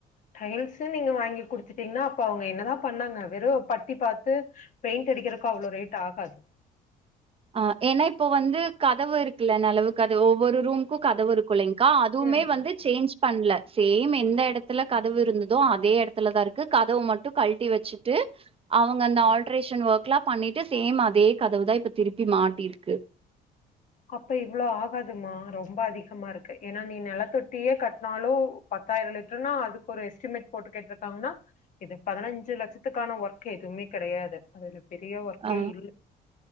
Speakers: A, on the left; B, on the right.
A: டைல்ஸு நீங்க வாங்கி குடுத்துட்டீங்னா அப்ப அவுங்க என்னதா பண்ணாங்க வெறு பத்தி பாத்து பெயிண்ட் அடிக்குறக்கு அவுளோ ரேட் ஆகாது
B: ஆ ஏன்னா இப்போ வந்து கதவு இருக்குல்ல நெலவு கதவு ஒவ்வொரு ரூமுக்கு கதவு இருக்குல்லைங்க்கா அதுவுமே
A: ம்
B: வந்து சேஞ்ச் பண்ணல சேம் எந்த எடத்துல கதவு இருந்ததோ அதே எடத்துலதா இருக்கு கதவு மட்டு கழட்டி வச்சு ட்டு அவ்ங்க அந்த ஆல்ட்ரேஷன் ஒர்க்லா பண்ணிட்டு சேம் அதே கதவுதா இப்ப திருப் பி மாட்டிருக்கு
A: அப்போ இவ்ளோ ஆகாதுமா ரொம்ப அதிகமா இருக்கு ஏனா நீ நெலத்தொட்டியே கட்னாலு பத்தாய்ரோ லிட்டர்னா அதுக்கு ஒரு எஸ்டிமேட் போட்டு கேட்ருக்காங்கனா இது பதினஞ்சு லட்சத்துக்கான ஒர்க் எதுமே கெடையாது அதுல பெரிய ஒர்க்கே
B: ஆ
A: இல்ல